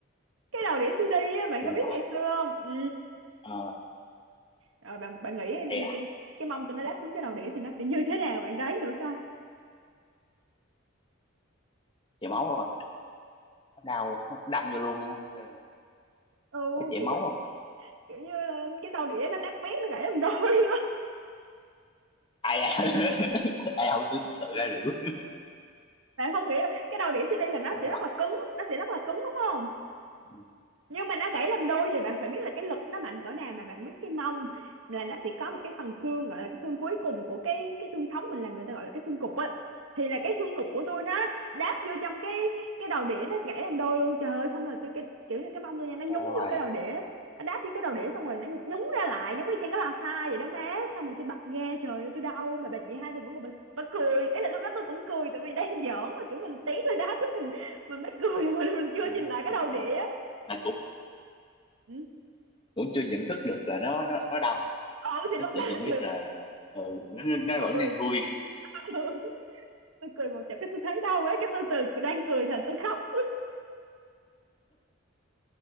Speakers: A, on the right; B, on the left.
A: cái đầu đĩa CD á bạn
B: wow
A: có biết ngày xưa không ừ
B: Ờ,
A: rồi bạn bạn nghĩ
B: ê
A: thì
B: à,
A: cái cái mông tụi nó đáp xuống cái đầu đĩa thì nó sẽ như thế nào bạn đoán thử coi
B: chảy máu không đau đâm vô luôn đúng không Ừ.
A: ừ
B: có chảy
A: kiểu
B: máu không
A: kiểu như là cái đầu đĩa nó nát bét nó gãy làm đôi luôn <laughs>
B: ai ai <laughs> ai không tưởng tượng ra được
A: bạn không nghĩ cái đầu đĩa CD là nó
B: ủa
A: sẽ
B: sao
A: rất
B: mà
A: là cứng nó sẽ rất là cứng đúng không
B: Ừ.
A: nhưng mà nó gãy làm đôi thì bạn phải biết là cái lực nó mạnh cỡ nào mà bạn biết cái mông là nó sẽ có một cái phần xương gọi là cái xương cuối cùng của cái cái xương sống mình là người ta gọi là cái xương cụt á thì là cái xương cụt của tôi nó đáp vô trong cái cái đầu đĩa nó gãy làm đôi luôn trời ơi xong rồi tôi cái kiểu như cái mông tôi nha nó nhúng
B: Ôi,
A: vô cái đầu đĩa nó đáp vô cái đầu đĩa xong rồi nó nhúng ra lại giống như trên cái lò xo vậy đó má xong rồi tôi bật ra trời ơi tôi đau mà bà chị hai tôi vẫn còn bà, bà cười ý là lúc đó tôi cũng cười tại vì đang giỡn mà kiểu mình tí rồi đá chứ mình mình mới cười mà mình chưa
B: oh.
A: nhìn lại cái đầu đĩa
B: Là cũng
A: ừ
B: cũng chưa nhận thức được là nó nó nó đông
A: ừ thì
B: nó
A: lúc
B: chỉ
A: đó
B: nhận
A: kiểu
B: biết là ờ, nó, nó nó vẫn
A: cười
B: đang vui
A: ừ, tôi cười một trận cái tôi thấy đau quá cái tôi từ đang cười thành tôi khóc